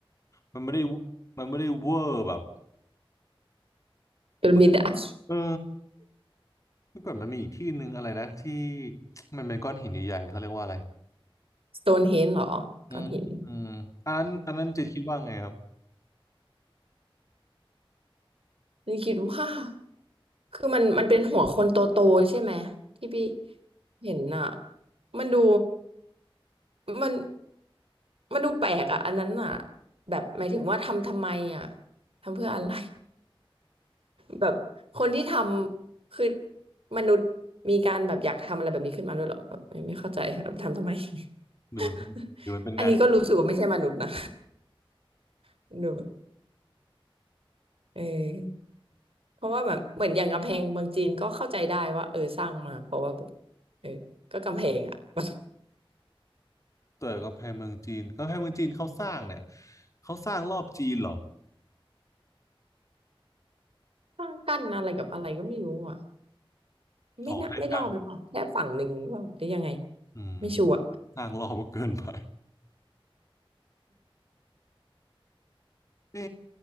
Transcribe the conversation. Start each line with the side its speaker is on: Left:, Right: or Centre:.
Left: มันไม่ได้วุมันไม่ได้เวอร์แบบ
Right: พีระมิดอะ
Left: เหมือนเออเมื่อก่อนมันมีอีกที่หนึ่งอะไรนะที่ <tsk> มันเป็นก้อนหินใหญ่ๆเขาเรียกว่าอะไร
Right: สโตนเฮนจ์เหรอก้อนหิน
Left: อืมอืมอันอันนั้นจะคิดว่าไงครับ
Right: นี่คิดว่าคือมันมันเป็นหัวคนโตๆใช่ไหมที่พี่เห็นอะมันดูมันมันดูแปลกอะอันนั้นอะแบบหมายถึงว่าทำทำไมอะทำเพื่ออะไร แบบคนที่ทำคือมนุษย์มีการแบบอยากทำอะไรแบบนี้ขึ้นมาด้วยเหรอแบบไม่ไม่เข้าใจแบบทำทำไม
Left: หรือมันหรือมันเป็นงาน
Right: <laughs> อันนี้ก็รู้สึกว่าไม่ใช่มนุษย์นะ <laughs> ดูแบบเออเพราะว่าแบบเหมือนอย่างกำแพงเมืองจีนก็เข้าใจได้ว่าเออสร้างมาเพราะว่าแบบเออก็กำแพงอะ <laughs>
Left: เต๋ร์กำแพงเมืองจีนกำแพงเมืองจีนเขาสร้างเนี่ยเขาสร้างรอบจีนเหรอ
Right: สร้างกั้นอะไรกับอะไรก็ไม่รู้อ่ะไม่น่าไม่รอบหรือเปล่าแค่ฝั่งหนึ่งหรือเปล่าหรือยังไง
Left: ออกให้กั้นอืม
Right: ไม่ชัวร์
Left: สร้างรอบก็เกินไปเอ๊